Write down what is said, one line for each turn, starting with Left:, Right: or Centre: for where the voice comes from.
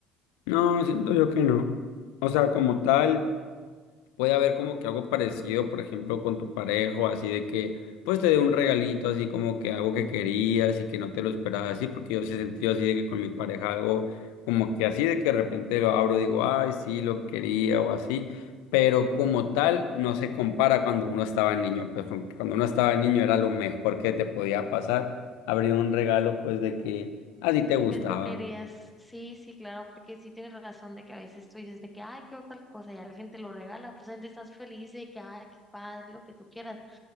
Left: No, siento yo que no. O sea, como tal. puede haber como que algo parecido, por ejemplo, con tu pareja, así de que, pues te dé un regalito, así como que algo que querías y que no te lo esperabas, así, porque yo sí he sentido así de que con mi pareja algo como que así de que de repente lo abro, digo, ay, sí, lo quería o así, pero como tal no se compara cuando uno estaba niño, pues con- cuando uno estaba niño era lo mejor que te podía pasar, abrir un regalo, pues de que a ti te gustaba.
Centre: Que tú querías, sí, sí, claro, porque sí tienes razón de que a veces tú dices de que, ay, qué tal cosa, y a la gente lo regala, pues la gente estás feliz de que, ay, qué padre, lo que tú quieras